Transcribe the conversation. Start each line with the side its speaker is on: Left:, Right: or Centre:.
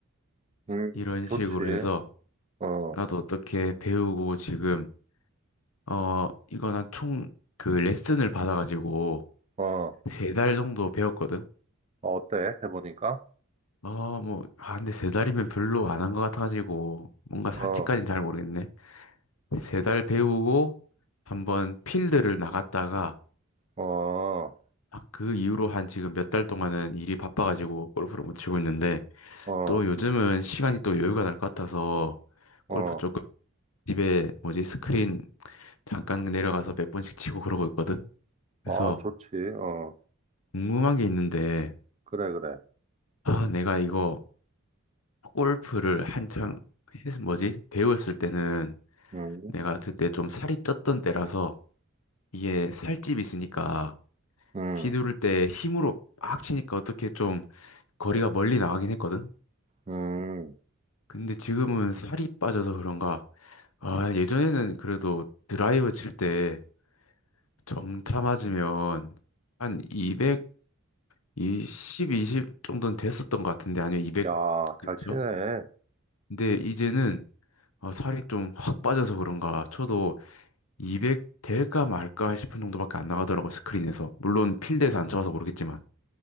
Right: 음,
Left: 이런 식으로
Right: 좋지.
Left: 해서,
Right: 어,
Left: 나도 어떻게 배우고 지금, 어, 이거 난 총 그 레슨을 받아가지고,
Right: 어,
Left: 세 달 정도 배웠거든.
Right: 어때? 해보니까?
Left: 어, 뭐, 아, 근데 세 달이면 별로 안 한 것 같아가지고, 뭔가 사치까진
Right: 어,
Left: 잘 모르겠네. 세 달 배우고, 한번 필드를 나갔다가,
Right: 어,
Left: 아, 그 이후로 한 지금 몇 달 동안은 일이 바빠가지고 골프를 못 치고 있는데
Right: 어,
Left: 또 요즘은 시간이 또 여유가 날 것 같아서 골프
Right: 어,
Left: 조금 집에 뭐지 스크린 잠깐 내려가서 몇 번씩 치고 그러고 있거든. 그래서
Right: 아, 좋지. 어,
Left: 궁금한 게 있는데
Right: 그래, 그래.
Left: 아 내가 이거 골프를 한창 했 뭐지 배웠을 때는
Right: 음,
Left: 내가 그때 좀 살이 쪘던 때라서 이게 살집이 있으니까
Right: 음,
Left: 휘두를 때 힘으로 빡 치니까 어떻게 좀 거리가 멀리 나가긴 했거든.
Right: 음.
Left: 근데 지금은 살이 빠져서 그런가? 아, 예전에는 그래도 드라이브 칠 때 정타 맞으면 한 220, 20 정도는 됐었던 것 같은데 아니면 200
Right: 야,
Left: 그쵸?
Right: 잘 치네.
Left: 근데 이제는 아, 살이 좀 확 빠져서 그런가 쳐도 200 될까 말까 싶은 정도밖에 안 나가더라고 스크린에서 물론 필드에서 안 쳐봐서 모르겠지만